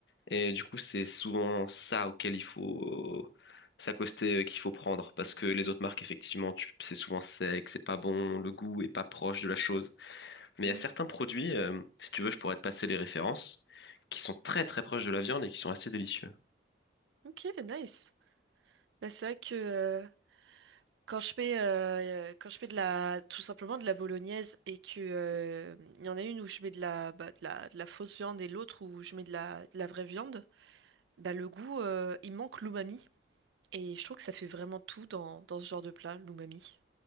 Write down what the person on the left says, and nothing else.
Et du coup, c'est souvent ça auquel il faut s'accoster, euh, qu'il faut prendre, parce que les autres marques, effectivement, tu- c'est souvent sec, c'est pas bon, le goût est pas proche de la chose. Mais
il y a certains produits, euh, si tu veux, je pourrais te passer les références, qui sont très très proches de la viande et qui sont assez délicieux.